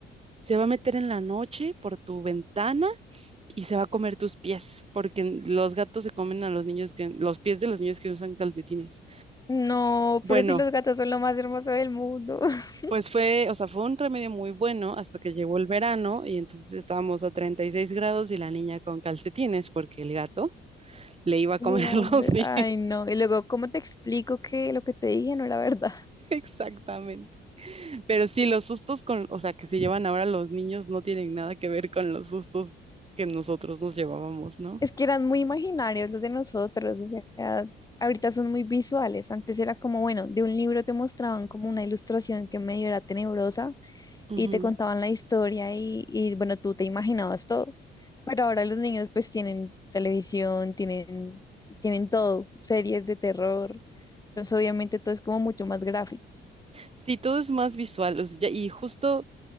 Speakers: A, on the right (about 30°); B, on the left (about 20°).
A: Se va a meter en la noche por tu ventana y se va a comer tus pies, porque los gatos se comen a los niños que, los pies de los niños que usan calcetines.
B: No,
A: Bueno,
B: pero si los gatos son lo más hermoso del mundo. <laughs>
A: Pues fue, o sea, fue un remedio muy bueno hasta que llegó el verano y entonces estábamos a 36 grados y la niña con calcetines porque el gato le iba a comer
B: León,
A: <laughs> los
B: de-
A: pies.
B: ay no. Y luego, ¿cómo te explico que lo que te dije no era verdad?
A: Exactamente. Pero sí, los sustos con, o sea, que se llevan ahora los niños no tienen nada que ver con los sustos que nosotros nos llevábamos, ¿no?
B: Es que eran muy imaginarios los de nosotros, o sea, ahorita son muy visuales. Antes era como, bueno, de un libro te mostraban como una ilustración que medio era tenebrosa
A: Ujú.
B: y te contaban la historia y, y bueno, tú te imaginabas todo. Pero ahora los niños pues tienen televisión, tienen, tienen todo, series de terror. Entonces obviamente todo es como mucho más gráfico.
A: Sí, todo es más visual, o sea, ya- y justo